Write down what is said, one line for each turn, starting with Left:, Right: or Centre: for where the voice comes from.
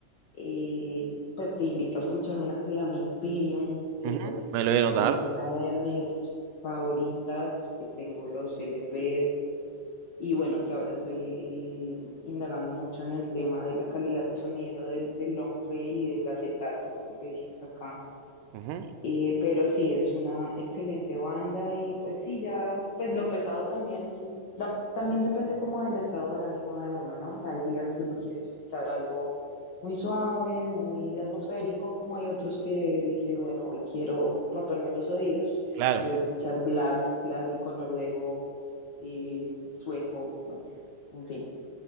Left: eh, pues te invito a escuchar una que se llama Imperium, que
Right: Ujú,
Left: pues
Right: Me lo voy a anotar.
Left: es una de mis favoritas, que tengo los LPs y bueno, que ahora estoy eh, indagando mucho en el tema de la calidad de sonido del, del long play y del acetato, como le decimos acá,
Right: Ujú,
Left: eh, pero sí, es una excelente banda y pues sí, ya, pues lo pesado también, sí. Da- también depende como del estado de ánimo de uno, ¿no? Hay días que uno quiere escuchar algo muy suave, muy atmosférico, como hay otros que dice, bueno, hoy quiero romperme los oídos,
Right: Claro.
Left: quiero escuchar black, clásico, noruego, eh, sueco, bueno, en fin.